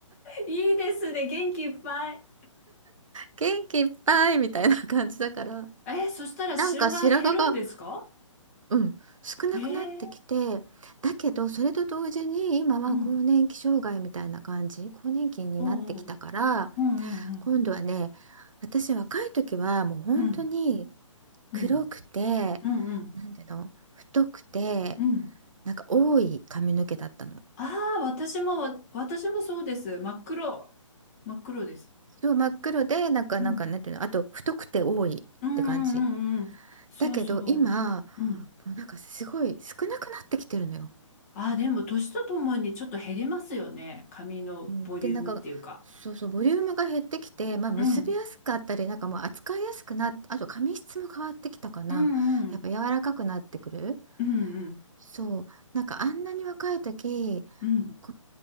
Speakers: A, on the left; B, on the right.
A: いいですね。元気いっぱい。
B: 元気いっぱいみたいな感じだから
A: えー、そしたら白髪減るんですか
B: なんか白髪がうん、少なくなってきてだけどそれと同時に今は更年期障害みたいな感じ更年期になってきたから
A: ええ。うん。おうおう。うんうんうん。
B: 今度はね私若い時はもう本当に
A: うん、うん、
B: 黒くて
A: うん、うん、
B: なんていうの太くて
A: うん。
B: なんか多い髪の毛だったの。
A: ああ、私もわ、私もそうです。真っ黒。真っ黒です。
B: そう真っ黒でなんかなんかなんていうのあと太くて多いって感じ
A: うん、うん、うん、うんうん。そうそう。
B: だけど今も
A: うん。
B: うなんかすごい少なくなってきてるのよ。
A: ああ、でも、年とともにちょっと減りますよね。髪のボリュームっていうか。
B: うん、でなんかそうそうボリュームが減ってきて、まあ、結びやすかったりなんかもう扱いやすくなっあと髪質も変わってきたかなやっぱ柔らかくなってくる
A: うん、うん、うん、うん、うん、
B: そうなんかあんなに若い時
A: うん、
B: こ